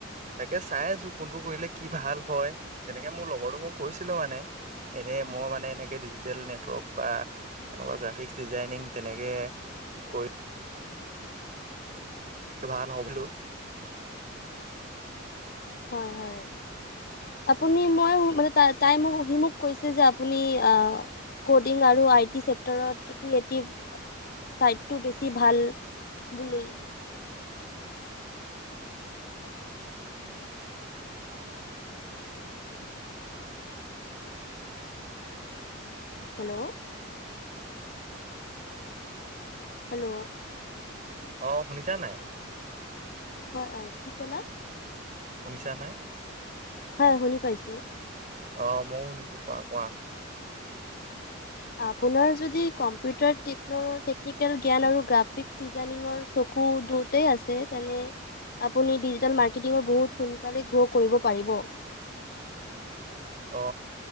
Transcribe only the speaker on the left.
হয়, হয়। আপুনি মই মানে তাই তাই মোক সি মোক কৈছে যে আপুনি আহ কডিং আৰু আইটি চেক্টৰত তুমি এটিভ ছাইডটো বেছি ভাল বুলি হেল্ল' হেল্ল'
হয় আহ কি কলা?
হয় শুনি পাইছো।
আপোনাৰ যদি কম্পিউটাৰ টেকনৰৰ টেকনিকেল জ্ঞান আছে গ্ৰাফিক ডিজাইনিং চক খু দুতেই আছে তেনে আপুনি ডিজিটেল মাৰ্কেটিঙত বহুত সোনকালে গ্ৰ কৰিব পাৰিব।